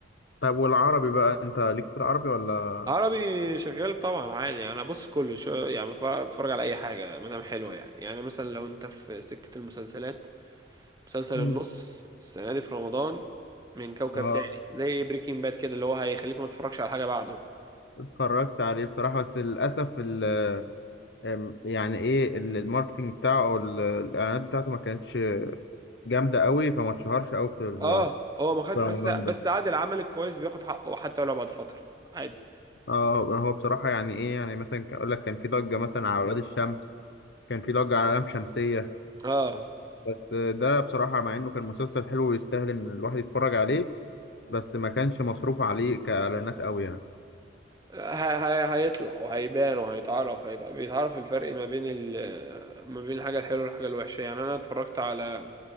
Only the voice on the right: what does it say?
عربي شغال طبعا عادي يعني، انا بص كله شو يعني بتفرج, بتفرج على اي حاجه ما دام حلوه يعني يعني مثلا لو انت في سكه المسلسلات مسلسل
النص السنة دي في رمضان من كوكب
تاني زي بريكنج باد كده اللي هو هيخليك ما تتفرجش على حاجة بعده
اه هو ما خدش
بس <laughs> بس
عادي العمل الكويس بياخد حقه حتى لو بعد فترة عادي
اه
ه- ه- هيطلع وهيبان وهيتعرف هيت- بيتعرف الفرق ما بين ال ما بين الحاجة الحلوة والحاجة الوحشة يعني أنا اتفرجت على